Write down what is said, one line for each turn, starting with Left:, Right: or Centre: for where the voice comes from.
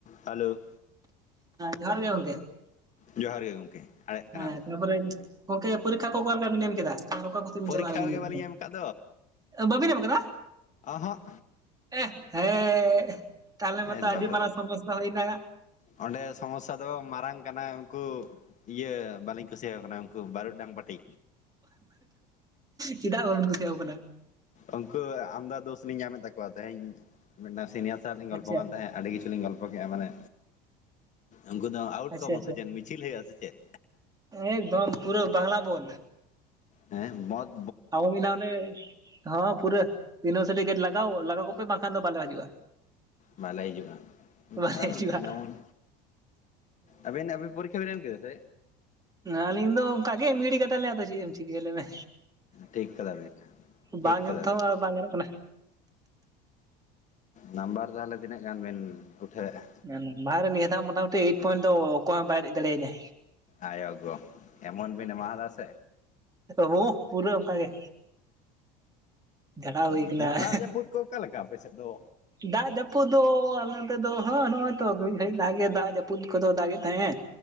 Left: ᱦᱮᱞᱳ
Right: ᱡᱚᱦᱟᱨ ᱜᱮ ᱜᱚᱝᱠᱮ
Left: ᱡᱚᱦᱟᱨ ᱜᱮ ᱜᱚᱢᱠᱮ ᱟᱲᱮᱜ ᱠᱟᱱᱟᱢ
Right: ᱦᱮᱸ ᱛᱟᱯᱚᱨᱮ ᱜᱚᱝᱠᱮ ᱯᱚᱨᱤᱠᱠᱷᱟ ᱠᱚ ᱚᱠᱟ ᱞᱮᱠᱟ ᱵᱤᱱ ᱮᱢ ᱠᱮᱫᱟ ᱚᱠᱟ ᱠᱚ
Left: ᱯᱚᱨᱤᱠᱠᱷᱟ
Right: ᱪᱟᱞᱟᱜ ᱞᱟᱜᱤᱫ ᱢᱤᱛᱚ
Left: ᱜᱮ ᱵᱟᱹᱞᱤᱧ
Right: ᱫᱚ
Left: ᱮᱢ ᱟᱠᱟᱫ
Right: ᱵᱟᱵᱮᱱ ᱮᱢ ᱠᱟᱫᱟ᱾
Left: ᱚᱦᱚᱸᱜ
Right: ᱮ ᱦᱮᱸ ᱛᱟᱦᱞᱮ ᱢᱟᱛᱚ
Left: ᱮ
Right: ᱟᱹᱰᱤ
Left: ᱵᱟᱵᱚᱛ
Right: ᱢᱟᱨᱟᱝ ᱥᱚᱢᱚᱥᱷᱟ ᱦᱩᱭᱱᱟ᱾
Left: ᱚᱸᱰᱮ ᱥᱚᱢᱚᱥᱷᱟ ᱫᱚ ᱢᱟᱨᱟᱝ ᱠᱟᱱᱟ ᱩᱱᱠᱩ ᱤᱭᱟᱹ ᱵᱟᱹᱞᱤᱧ ᱠᱩᱥᱤ ᱣᱟᱠᱚ ᱠᱟᱱᱟ ᱩᱱᱠᱩ ᱵᱟᱹᱨᱩ ᱰᱟᱝ ᱯᱟᱹᱴᱤ
Right: ᱪᱮᱫᱟᱜ ᱵᱟᱵᱚᱱ ᱠᱩᱥᱤᱭᱟᱠᱚ ᱠᱟᱱᱟ᱾
Left: ᱩᱝᱠᱩ ᱟᱢᱫᱟ ᱫᱳᱥ ᱞᱤᱧ ᱧᱟᱢᱮᱫ ᱛᱟᱠᱚᱣᱟ ᱛᱮᱦᱮᱧ ᱢᱤᱫᱴᱟᱝ ᱥᱤᱱᱤᱭᱟᱨ ᱥᱟᱣ ᱞᱤᱧ ᱜᱚᱞᱯᱚ
Right: ᱟᱪᱪᱷᱟ
Left: ᱠᱟᱱ ᱛᱟᱦᱮᱸᱫ ᱟᱹᱰᱤ ᱠᱤᱪᱷᱩᱞ ᱞᱤᱧ ᱜᱚᱞᱯᱚ ᱠᱮᱫᱼᱟ ᱢᱟᱱᱮ ᱩᱱᱠᱩ ᱫᱚ ᱟᱣᱩᱴ
Right: ᱟᱪᱪᱷᱟ
Left: ᱠᱚᱣᱟ ᱵᱚᱱ
Right: ᱟᱪᱪᱷᱟ
Left: ᱥᱮ ᱪᱮᱫ ᱢᱤᱪᱷᱤᱞ ᱦᱩᱭᱩᱼᱟ ᱥᱮ ᱪᱮᱫ
Right: ᱮᱠᱫᱚᱢ ᱯᱩᱨᱟᱹ ᱵᱟᱝᱞᱟ ᱵᱳᱱᱫᱽ
Left: ᱦᱮᱸ ᱵᱚᱱᱫ
Right: ᱢᱤᱫ ᱫᱷᱟᱣ ᱚᱱᱰᱮ ᱦᱚᱸ ᱯᱩᱨᱟᱹ ᱤᱭᱩᱱᱤᱵᱷᱟᱨᱥᱤᱴᱤ ᱜᱮᱴ ᱞᱟᱜᱟᱣ ᱞᱟᱜᱟ ᱠᱚᱯᱮ ᱵᱟᱝᱠᱷᱟᱱ ᱫᱚ ᱵᱟᱞᱮ ᱦᱤᱡᱩᱜᱼᱟ᱾
Left: ᱵᱟᱞ ᱦᱤᱡᱩᱜᱼᱟ
Right: ᱵᱟᱞᱮ
Left: ᱟᱫ
Right: ᱦᱤᱡᱩᱜᱼᱟ
Left: ᱫᱟᱵᱚᱱ ᱟᱹᱵᱤᱱ ᱟᱵᱤᱱ ᱯᱚᱨᱤᱠᱠᱷᱟ ᱵᱮᱱ ᱮᱢ ᱠᱮᱼᱟ ᱥᱮ
Right: ᱟᱞᱤᱧ ᱫᱚ ᱚᱱᱠᱟ ᱜᱮ ᱮᱢ ᱜᱤᱱᱤ ᱠᱟᱫᱟ ᱞᱤᱧ ᱟᱫᱚ ᱪᱮᱫ ᱮᱢ ᱪᱤᱠᱟᱹᱭᱟᱞᱮ ᱢᱮ
Left: ᱴᱷᱤᱠ ᱠᱟᱫᱟᱵᱤᱱ ᱴᱷᱤᱠ
Right: ᱵᱟᱝ
Left: ᱠᱟᱫᱟᱵᱤᱱ
Right: ᱮᱢ ᱛᱮᱦᱚᱸ ᱟᱨ ᱵᱟᱝ ᱜᱟᱱᱚᱜ ᱠᱟᱱᱟ᱾
Left: ᱱᱟᱢᱵᱟᱨ ᱛᱟᱦᱞᱮ ᱛᱤᱱᱟᱹᱜ ᱜᱟᱱ ᱵᱮᱱ ᱩᱴᱷᱟᱹᱣ ᱮᱜᱼᱟ᱾
Right: ᱮᱠᱫᱚᱢ <unintelligible> ᱱᱤᱭᱟᱹ ᱫᱷᱟᱜ ᱢᱚᱴᱟᱢᱩᱴᱤ ᱮᱭᱤᱴ ᱯᱚᱭᱮᱱᱴ ᱫᱚ ᱚᱠᱚᱭ ᱦᱚᱸᱭ ᱵᱟᱭ ᱨᱮᱡ ᱫᱟᱲᱮᱤᱧᱟ᱾
Left: ᱟᱭᱟᱭᱜᱚ ᱮᱢᱚᱱ ᱵᱮᱱ ᱮᱢᱟᱭᱟᱫᱟ ᱥᱮ
Right: ᱦᱚ ᱯᱩᱨᱟᱹ ᱚᱱᱠᱟ ᱜᱮ ᱡᱷᱟᱲᱟᱣ ᱦᱩᱭ ᱠᱟᱱᱟ
Left: <unintelligible> ᱫᱟᱜ ᱡᱟᱯᱩᱫ ᱠᱚ ᱚᱠᱟ ᱞᱮᱠᱟ ᱟᱯᱮ ᱥᱮᱫ ᱫᱚ
Right: ᱫᱟᱜ ᱡᱟᱹᱯᱩᱫ ᱫᱚ ᱟᱞᱮ ᱱᱚᱛᱮᱫᱚ ᱦᱚ ᱱᱚᱜᱼᱚᱭ ᱛᱚ ᱢᱤᱛ ᱜᱷᱟᱹᱲᱤᱡ ᱞᱟᱦᱟ ᱜᱮ ᱫᱟᱜ ᱡᱟᱹᱯᱩᱫ ᱠᱚᱫᱚ ᱫᱟᱜᱮᱫ ᱛᱟᱦᱮᱸᱫ